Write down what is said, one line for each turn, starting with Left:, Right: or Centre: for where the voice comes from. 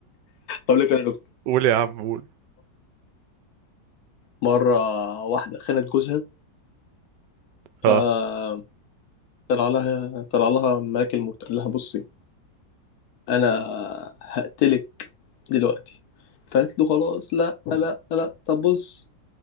Left: أقول لك أنا نكتة
Right: قول يا عم قول
Left: مرة واحدة خانت جوزها
Right: اه
Left: آه، طلع لها طلع لها ملاك الموت قال لها بصي أنا هقتلك دلوقتي فقالت له خلاص لا لا لا طب بص